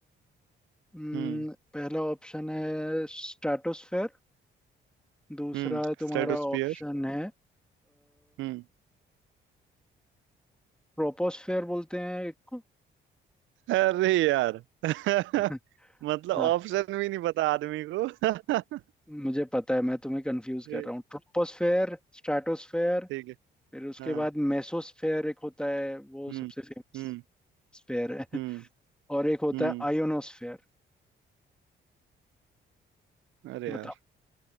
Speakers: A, in the centre; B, on the right.
A: हम्म,
B: हम्म
A: पहला ऑप्शन है स्ट्रेटोस्फेयर दूसरा
B: हम्म
A: तुम्हारा
B: स्ट्रेटोस्फियर
A: ऑप्शन है
B: हम्म
A: ट्रोपोस्फेयर बोलते हैं एक को
B: अरे यार <laughs>
A: <laughs>
B: मतलब
A: हाँ
B: ऑप्शन भी नहीं पता आदमी को <laughs>
A: मुझे पता है मैं तुम्हें कंफ्यूज कर
B: ए,
A: रहा हूँ ट्रोपोस्फेयर स्ट्रेटोस्फेयर
B: ठीक है
A: फिर उसके
B: हाँ
A: बाद मेसोस्फेयर एक होता है वो
B: हम्म
A: सबसे फेमस
B: हम्म
A: स्फेयर है <laughs>
B: हम्म
A: और एक होता
B: हम्म
A: है आयोनोस्फेयर
B: अरे
A: बताओ
B: यार